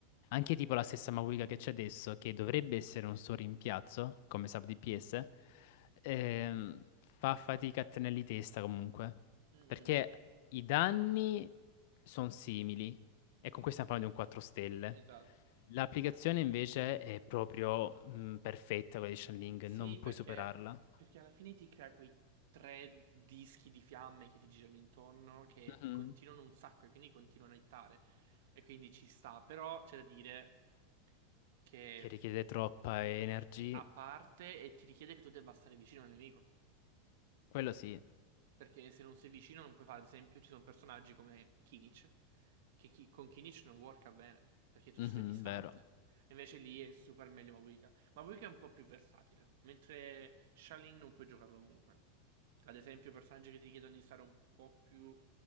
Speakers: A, on the left; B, on the right.
A: Anche tipo la stessa Mavuiga che c'è adesso, che dovrebbe essere un suo rimpiazzo, come sub DPS, ehm, fa fatica a tenerli testa comunque.
B: Mhm.
A: Perché i danni sono simili, e con questo stiamo parlando di un 4 stelle.
B: Esatto.
A: L'applicazione invece è proprio mh, perfetta, quella di Shenling,
B: Sì,
A: non puoi
B: perché,
A: superarla.
B: perché alla fine ti crea quei tre dischi di fiamme che ti girano intorno che
A: Mhm.
B: continuano un sacco e quindi continuano a ittare. E quindi ci sta. Però c'è da dire che
A: Che richiede troppa energy,
B: a parte e ti richiede che tu debba stare vicino al nemico.
A: quello sì.
B: Perché se non sei vicino non puoi fare, ad esempio, ci sono personaggi come Kinich, che chi- con Kinich non worka bene, perché tu
A: Mhm,
B: stai distante.
A: vero.
B: Invece lì è super meglio Mavuika. Mavuika è un po' più versatile, mentre Shaling non puoi giocarlo ovunque. Ad esempio, personaggi che ti chiedono di stare un po' più